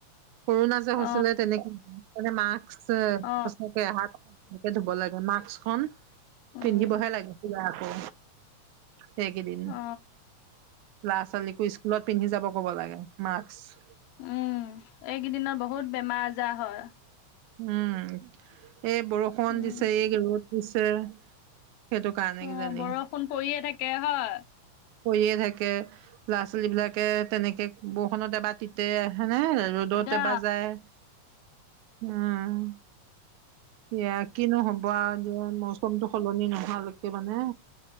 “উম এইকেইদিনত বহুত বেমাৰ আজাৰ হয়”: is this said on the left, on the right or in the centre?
Left